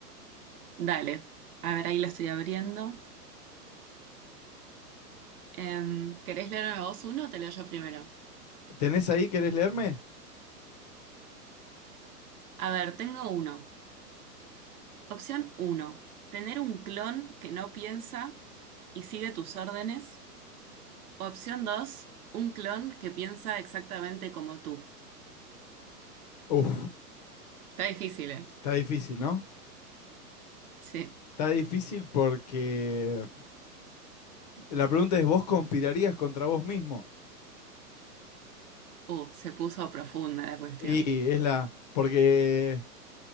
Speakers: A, on the right; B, on the left.
A: Dale, a ver, ahí lo estoy abriendo. Em, ¿querés leerme vos uno o te leo yo primero?
B: ¿Tenés ahí? ¿Querés leerme?
A: A ver, tengo uno. Opción uno, tener un clon que no piensa y sigue tus órdenes. Opción dos, un clon que piensa exactamente como tú.
B: Uf,
A: Está difícil, ¿eh?
B: está difícil, ¿no?
A: Sí.
B: Está difícil porque la pregunta es, ¿vos conspirarías contra vos mismo?
A: Uh, se puso profunda la cuestión.
B: Y es la. Porque.